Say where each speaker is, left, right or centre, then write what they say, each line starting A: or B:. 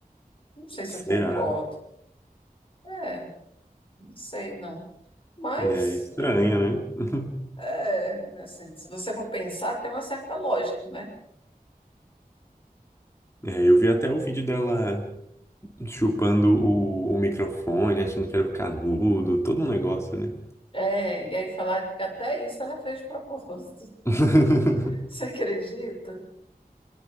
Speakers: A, on the left; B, on the left.
A: Não sei se
B: Será?
A: eu concordo. É, não sei, não. Mas...
B: É estranho, né? <laughs>
A: É, assim, se você for pensar, tem uma certa lógica, né?
B: É, eu vi até o vídeo dela chupando o, o microfone, achando que era o canudo, todo um negócio, né?
A: É, e aí falar que até isso ela fez de propósito. <laughs>
B: <laughs>
A: Você acredita?